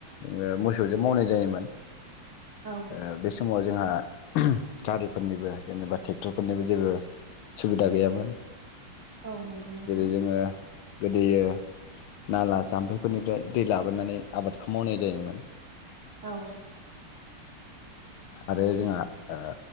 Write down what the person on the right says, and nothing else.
औ
औ नंगौ नोंथां
औ